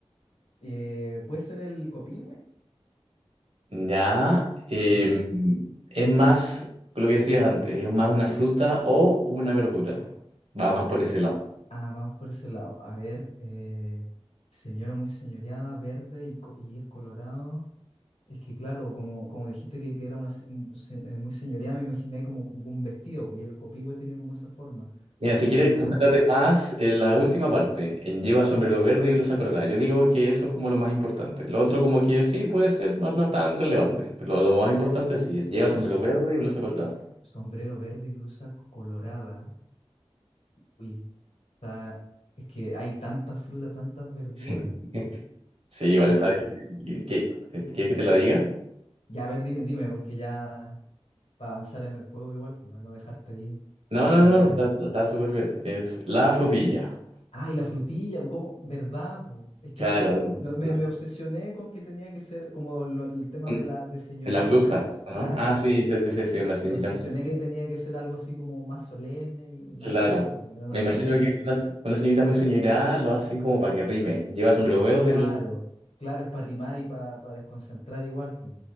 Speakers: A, on the left; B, on the right.
A: eh, ¿puede ser el copihue
B: Ya, eh,
A: o no?
B: es más lo que decías antes, es más una fruta o una verdura. Va más
A: Ya.
B: por ese lado.
A: Ah, vamos por ese lado. A ver, eh, señora muy señoreada, verde y, co- y es colorado. Es que claro, como, como dijiste que, que era una se- un se- eh, muy señoreada, me imaginé como, como un vestido, pues y el copihue tiene como esa forma.
B: Mira, si
A: Pero
B: quieres,
A: sí es como
B: concéntrate
A: una
B: más en la última parte, en lleva sombrero verde y blusa colorada. Yo digo que eso es como lo más importante. Lo otro como que sí, puede ser, no, no es tan relevante, pero lo, lo más importante sí es lleva sombrero
A: s-
B: verde y blusa colorada.
A: sombrero verde y blusa colorada. Uy, está- es que hay tantas frutas, tantas verduras.
B: Sí, <laughs> Sí, igual
A: Eh,
B: está difícil. ¿Qué- qué- eh, ¿Quieres que te la diga?
A: ya, a ver, dime, dime, porque ya para avanzar en el juego igual, pues, para no dejarte ahí.
B: No, no,
A: Dale,
B: no,
A: dale.
B: está está súper bien. Es la frutilla.
A: Ay, la frutilla, ¿cómo? ¿Verdad? po? Es que
B: Claro,
A: se, no,
B: no,
A: me, me obsesioné con que tenía que ser como lo- el tema
B: no,
A: de la de señorita
B: la blusa,
A: y eso.
B: ¿no?
A: Claro,
B: Ah, sí, sí, sí, sí, sí, una ceñita
A: me obsesioné
B: muy... severa.
A: que tenía que ser algo así como más solemne y nada
B: Claro.
A: que ver, pues. unas
B: Me imagino
A: frutas.
B: que una, una señorita muy soñorada lo hacen como para que rime. Lleva sombrero verde
A: claro,
B: y los...
A: claro, es para rimar y para desconcentrar igual. pues.